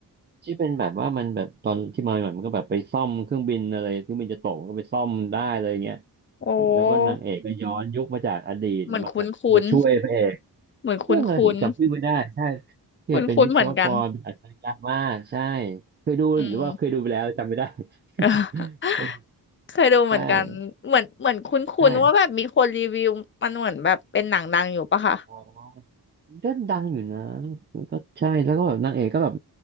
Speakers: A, on the right (about 30°); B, on the left (about 30°).
A: ที่เป็นแบบว่ามันแบบตอนที่มาใหม่ๆมันก็แบบไปซ่อมเครื่องบินอะไรเครื่องบินจะตกมันก็ไปซ่อมได้เลยเงี้ย
B: โอ้
A: แล้วก็นางเอกก็ย้อนยุคมาจากอดีตมามามาช่วยพระเอก
B: เหมือนคุ้นคุ้น เหมือนคุ้นคุ้น
A: เรื่องอะไรผมจำชื่อไม่ได้ใช่ที่เป็นวิศวกรเป็นอัจฉริยะมากใช่
B: คุ้นคุ้นๆเหมือนกัน
A: เคยดูหรือว่าเคยดูไปแล้วจำไม่ได้
B: อืม
A: <laughs>
B: <laughs> เออเคยดูเหมือนกันเหมือนเหมือนคุ้นคุ้นว่าแบบมีคนรีวิวมันเหมือนแบบเป็นหนังดังอยู่ปะคะ
A: ใช่ใช่ อ๋อก็ดังอยู่นะมันก็ใช่แล้วก็แบบนางเอกก็แบบ